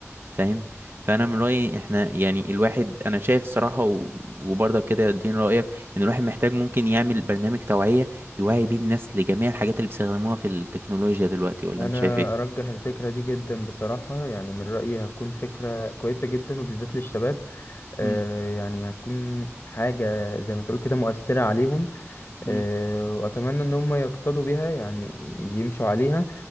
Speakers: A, on the right; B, on the left.
A: فاهم فانا من رايي احنا يعني الواحد انا شايف الصراحه و- وبرضك كده ادين رايك ان الواحد محتاج ممكن يعمل برنامج توعيه يوعي بيه الناس لجميع الحاجات اللي بيستخدموها في التكنولوجيا دلوقتي ولا
B: انا
A: انت شايف ايه
B: ارجح الفكرة دي جدا بصراحة يعني من رأيي هتكون فكرة كويسة جدا وبالذات للشباب آه
A: مم.
B: يعني هتكون حاجة زي ما تقول كده مؤثرة عليهم
A: مم.
B: آه، واتمنى ان هم يقتدوا بيها يعني يمشوا عليها